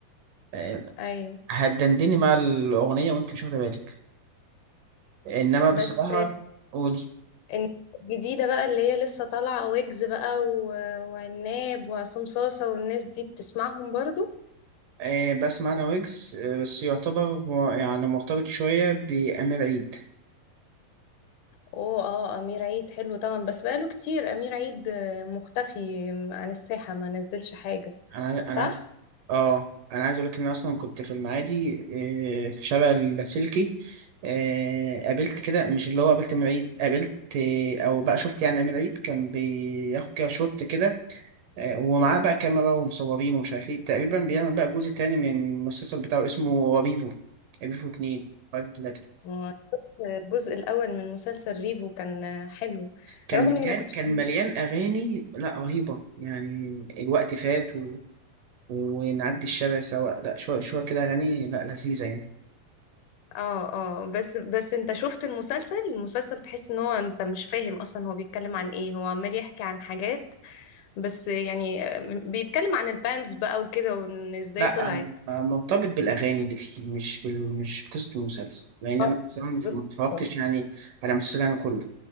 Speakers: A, on the right; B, on the left.
A: آه،
B: ايوه
A: هتدندني مع الاغنيه وانت مش واخده بالك انما بصراحه
B: بس
A: قولي
B: إن- الجديده بقى اللي هي لسه طالعه ويجز بقى و- وعناب وعصام صاصه والناس دي بتسمعهم برضو
A: آه، بسمع انا ويجز آه، بس يعتبر يعني مرتبط شويه بامير عيد
B: اوه اه امير عيد حلو طبعا بس بقاله كتير امير عيد آه، مختفي عن الساحة ما نزلش حاجة
A: انا
B: صح؟
A: انا اه انا عايز اقول لك ان أنا اصلا كنت في المعادي آه، في شارع اللاسلكي آه، قابلت كده مش اللي هو قابلت أمير عيد قابلت آه، او بقى شفت يعني أمير عيد كان بياخد كده شوت كده آه، ومعاه بقى كاميرا ومصورين ومش عارف ايه تقريبا بيعمل بقى جزء تاني من المسلسل بتاعه اسمه ريفو ريفو اتنين ريفو تلاتة
B: آه، الجزء الاول من مسلسل ريفو كان آه، حلو
A: كان
B: رغم
A: مليان
B: اني ما كنتش
A: كان مليان اغاني لا رهيبه يعني الوقت فات و... ونعدي الشارع سوا لا شويه شويه كده اغاني لا لذيذه يعني
B: اه اه بس بس انت شفت المسلسل المسلسل تحس ان هو انت مش فاهم اصلا هو بيتكلم عن ايه هو عمال يحكي عن حاجات بس يعني آه، بيتكلم عن البانز بقى وكده وان ازاي
A: لا
B: طلعت
A: انا مرتبط بالاغاني دي في- مش بال... مش بقصه المسلسل لان
B: آه،
A: انا بصراحه ما
B: بالظبط.
A: ما اتفرجتش يعني على المسلسل انا كله